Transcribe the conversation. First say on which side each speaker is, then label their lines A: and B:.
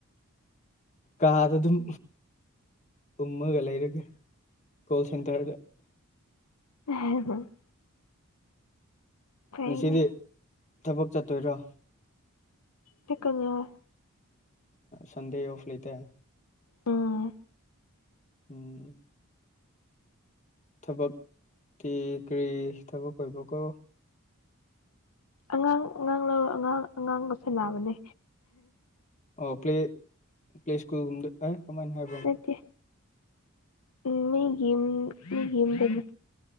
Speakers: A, on the left; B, on the left.
A: ꯀꯥꯗ ꯑꯗꯨꯝ ꯎꯝꯃꯒ ꯂꯩꯔꯒꯦ ꯀꯣꯜ ꯁꯦꯟꯇꯔꯗ
B: <unintelligible> ꯐꯩꯅꯦ
A: ꯉꯁꯤꯗꯤ ꯊꯕꯛ ꯆꯠꯇꯣꯏꯔꯣ
B: ꯆꯠꯀꯅꯤ ꯍꫭꯏ
A: ꯁꯟꯗꯦ ꯑꯣꯐ ꯂꯩꯇꯦ
B: ꯎꯝ
A: ꯎꯝ ꯊꯕꯛꯇꯤ ꯀꯔꯤ ꯊꯕꯛ ꯑꯣꯏꯕ꯭ꯔ ꯀꯣ
B: ꯑꯉꯥꯡ ꯑꯉꯥꯡ ꯂꯧꯔ ꯑꯉꯥꯡ ꯑꯉꯥꯡꯒ ꯁꯦꯟꯅꯕꯅꯦ
A: ꯑꯣ ꯄ꯭ꯂꯦ ꯄ꯭ꯂꯦ ꯁ꯭ꯀꯨꯜꯒꯨꯝꯕꯗ ꯀꯃꯥꯏꯅ ꯍꯥꯏ
B: ꯅꯠꯇꯦ ꯎꯝ ꯃꯤꯒꯤ ꯌꯨꯝ ꯃꯤꯒꯤ ꯌꯨꯝꯗꯅꯦ